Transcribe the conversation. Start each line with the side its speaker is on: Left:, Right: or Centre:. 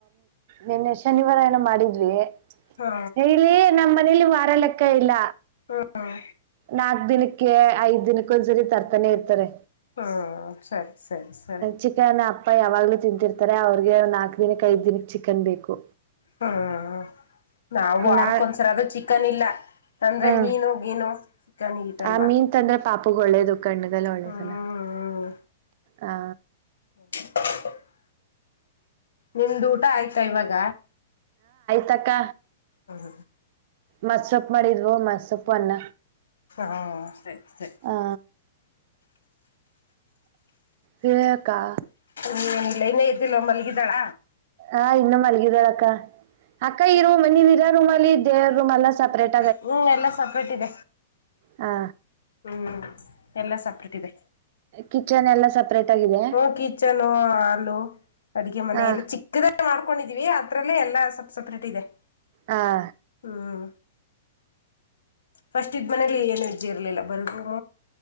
Right: ನಿನ್ನೆ ಶನಿವಾರ ಏನೋ ಮಾಡಿದ್ವಿ.
Left: ಹಾ
Right: ಹೇಳಲಿ ನಮ್ಮ. ಮನೇಲಿ ವಾರ ಲೆಕ್ಕ ಇಲ್ಲ.
Left: ಹ್ಮ್
Right: ನಾಕ್ ದಿನಕ್ಕೆ ಐದ್ ದಿನಕ್ಕ ಒಂದ್ಸರಿ ತರ್ತಾನೆ ಇರ್ತಾರೆ.
Left: ಹಾ ಸರಿ ಸರಿ ಸರಿ.
Right: ಚಿಕನ್ ಅಪ್ಪ ಯಾವಾಗ್ಲೂ ತಿಂತಿರ್ತಾರೆ ಅವ್ರಿಗೆ ನಾಕಕ್ ದಿನಿಕ್ ಐದ ದಿನಕ್ ಚಿಕನ್ ಬೇಕು.
Left: ಹ್ಮ್ ನಾವು
Right: ನಾ
Left: ಆರ್ಕ್ೊಂದ್ಸರ ಅದು ಚಿಕನ್ ಇಲ್ಲ ಅಂದ್ರೆ
Right: ಹ್ಮ್
Left: ಮೀನು ಗೀನು. ಚಿಕನ್ ಈಟಲ್ವಾ
Right: ಆ ಮೀನ್ ತಂದ್ರೆ ಪಾಪಗ ಒಳ್ಳೇದು ಕಣ್ಣಗೆಲ್ಲ ಒಳ್ಳೇದನ.
Left: ಹ್ಮ್
Right: ಹಾ.
Left: ಹ್ಮ್ಮ್. ನಿಮ್ದ ಊಟ ಆಯ್ತಾ ಇವಾಗ.
Right: ತಕ್ಕ.
Left: ಹ ಹ.
Right: ಮಸ್ಪ್ಪ ಮಾಡಿದ್ವು ಮಸಪ್ಪು ಅನ್ನ
Left: ಹಾ ಸರಿ ಸರಿ
Right: ಹಾ. ಹೇಳಳಕ್ಕಾ.
Left: ನೀನಲ್ಲೈನೇ ಇದರ್್ದಲ್ವ ಮಲ್ಲಿಗಿದಾಳ.
Right: ಆಾ ಇನ್ನ ಮಲ್ಲಿಗದಳಕ್ಕಾ. ಅಕ್ಕ ಇರೋ ಮನವಿ. ರೂಮಲ್ಲಿ ದಡ್ ರೂಮಲ್ಲ ಸೆಪರೆೇಟ್.
Left: ಹ್ಮ್ ಎಲ್ಲಾ ಸಪ್ರೇಟ್ ಇದೆ.
Right: ಹಾ.
Left: ಹ್ಮ್. ಎಲ್ಲ ಸಪ್ರೇಟ್ ಇದೆ
Right: ಕಿಚನ್ ಎಲ್ಲ ಸಪ್ರೇಟ್ ಆಗಿದೆ
Left: ಹ್ಮ ಕಿಚನು ಹಾಲು ಅಡಗೆ ಮನೆ
Right: ಹಾ
Left: ಎಲ್ಲ ಚಿಕ್ಕದಾಗ ಮಾಡ್ಕೊಂಡಿದೀವಿ ಅತ್ರರಲ್ಲೇ ಎಲ್ಲ ಸಪ್ ಸಪ್ರೇಟ್ ಇದೆ. ಹ್ಮ.
Right: ಹಾ
Left: ಫಸ್ಟ್ ಇದ ಮನೇಲಿ ಏನು ವಜ್ಜೆ ಇರ್ಲಿಲ್ಲ ಬರಗೂಮ